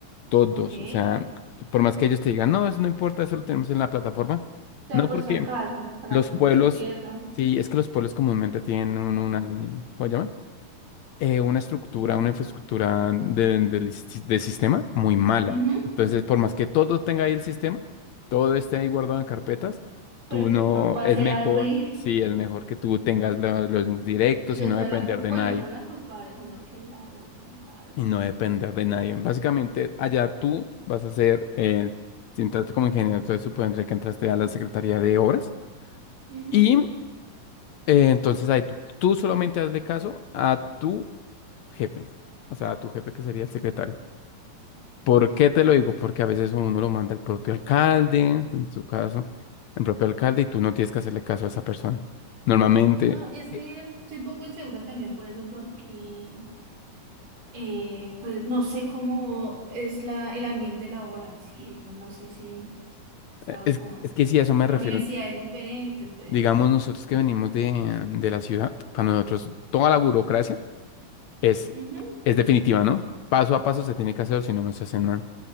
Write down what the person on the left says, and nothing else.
Todos.
O sea, por más que ellos te digan, no, eso no importa, eso lo tenemos en la plataforma.
No,
porque
los
pueblos,
sí, es que los pueblos comúnmente tienen un- una, ¿cómo se llama? eh, una estructura, una infraestructura de, de de sistema muy mala.
Entonces, por más que todo tenga ahí el sistema, todo esté ahí guardado en carpetas,
tú no,
es mejor,
sí, es mejor que tú tengas la- los links directos
y no
depender
de nadie,
y
no depender de nadie. Básicamente, allá tú vas a ser, eh, si entraste como ingeniero, entonces supondré que entraste a la Secretaría de Obras,
y eh, entonces ahí tú, tú solamente hazle caso a tu jefe, o sea, a tu jefe que sería el secretario. ¿Por qué te lo digo? Porque a veces uno lo manda el propio alcalde, en su caso, el propio alcalde, y tú no tienes que hacerle caso a esa persona. Normalmente,
eh,
eh, es,
es que sí, a eso me
refiero.
Digamos, nosotros que venimos de, de la ciudad, para nosotros toda la burocracia es,
es definitiva, ¿no? Paso a paso se tiene que hacer, o si no, no se hace nada.